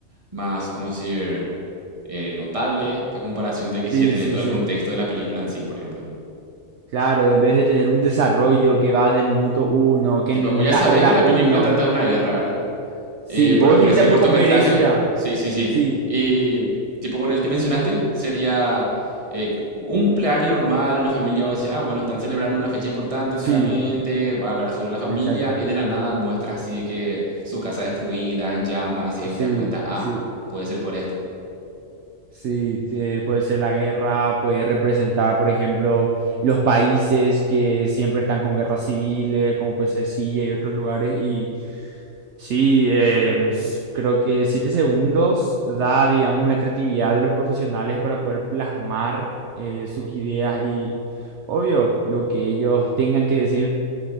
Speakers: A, on the right (about 25°); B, on the right (about 65°).
A: más, vamos a decir, eh, notable a comparación de que si
B: Sí,
A: ya tenés
B: sí,
A: todo
B: sí.
A: el contexto de la película en sí, por ejemplo.
B: Claro, en vez de tener un desarrollo que va del minuto uno, que
A: Tipo,
B: en
A: vos ya
B: la
A: sabés
B: hora
A: que la
B: uno.
A: película trata de una guerra, ¿verdad?
B: Sí,
A: Eh,
B: vos
A: pero con
B: directamente
A: ese cortometraje,
B: con ver eso ya.
A: sí, sí, sí.
B: Sí,
A: Y tipo con el que mencionaste, sería eh, un cumpleaños normal, una familia va a decir, ah, bueno, están celebrando una fecha importante
B: sí,
A: seguramente, va a hablar sobre la familia,
B: exacto.
A: y de la nada muestra así que su casa destruida, en llamas, y ahí
B: Sí,
A: vos te das cuenta, ah,
B: sí,
A: puede ser por esto.
B: sí. eh, puede ser la guerra, puede representar, por ejemplo, los países que siempre están con guerras civiles, como puede ser Siria y otros lugares, y Sí, eh, s- creo que siete segundos da, digamos, la creatividad de los profesionales para poder plasmar eh, sus ideas y, obvio, lo que ellos tengan que decir.